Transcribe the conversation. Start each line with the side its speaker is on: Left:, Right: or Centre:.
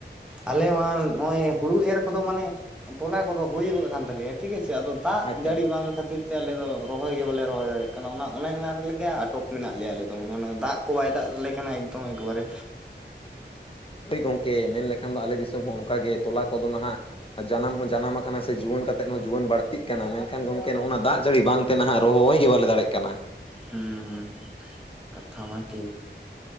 Centre: ᱟᱞᱮ ᱢᱟ᱾ ᱱᱚᱜ-ᱚᱭ ᱦᱩᱲᱩ ᱮᱨ ᱠᱚᱼᱫᱚ ᱢᱟᱱᱮ᱾ ᱛᱚᱞᱟ ᱠᱚᱼᱫᱚ ᱦᱩᱭ ᱜᱚᱫ ᱠᱟᱱ᱾ ᱛᱟᱞᱮᱭᱟ ᱴᱷᱤᱠ ᱟᱪᱷᱮ ᱟᱫᱚ ᱫᱟᱜ
Left: ᱟᱪᱪᱷᱟ
Centre: ᱡᱟᱹᱲᱤ ᱵᱟᱝ ᱠᱷᱟᱹᱛᱤᱨ ᱛᱮ ᱟᱞᱮ ᱫᱚ᱾ ᱨᱚᱦᱚᱭ ᱜᱮ ᱵᱟᱞᱮ ᱨᱚᱦᱚᱭ ᱫᱟᱲᱮᱭᱟ-ᱜ ᱠᱟᱱᱟ᱾ ᱚᱱᱟ - ᱚᱱᱮ ᱚᱱᱟ ᱨᱮᱜᱮ ᱟᱴᱚᱠ ᱢᱮᱱᱟ-ᱜ ᱞᱮᱭᱟ ᱟᱞᱮ᱾ ᱫᱚ ᱢᱟᱱᱮ ᱚᱱᱟ ᱫᱟᱜ ᱠᱚ ᱵᱟᱭ ᱫᱟᱜ ᱟᱞᱮ ᱠᱟᱱᱟ᱾ ᱮᱠᱫᱚᱢ ᱮᱠᱵᱟᱨᱮ᱾
Left: ᱦᱳᱭ ᱜᱚᱝᱠᱮ᱾ ᱢᱮᱱ ᱞᱮᱠᱷᱟᱱ ᱫᱚ ᱟᱞᱮ ᱫᱤᱥᱚᱢ ᱦᱚᱸ᱾ ᱚᱱᱠᱟᱜᱮ ᱛᱚᱞᱟ ᱠᱚ-ᱫᱚ ᱱᱟᱦᱟᱜ ᱡᱟᱱᱟᱢ ᱦᱚᱸ ᱡᱟᱱᱟᱢ ᱟᱠᱟᱱᱟ᱾ ᱥᱮ ᱡᱩᱣᱟᱹᱱ ᱠᱟᱛᱮᱜ ᱦᱚᱸ᱾ ᱡᱩᱣᱟᱹᱱ ᱵᱟᱹᱲᱛᱤᱜ ᱠᱟᱱᱟ᱾ ᱢᱮᱱᱠᱷᱟᱱ ᱜᱚᱝᱠᱮ ᱱᱚᱜ ᱱᱚᱣᱟ ᱫᱟᱜ ᱡᱟᱹᱲᱤ ᱵᱟᱝ ᱛᱮ ᱱᱟᱦᱟ-ᱜ ᱨᱚᱦᱚᱭ ᱜᱮ, ᱵᱟᱞᱮ ᱫᱟᱲᱮ ᱠᱟᱱᱟ᱾
Centre: ᱦᱩᱸ - ᱦᱩᱸ ᱠᱟᱛᱷᱟ ᱢᱟ᱾ ᱴᱷᱤᱠ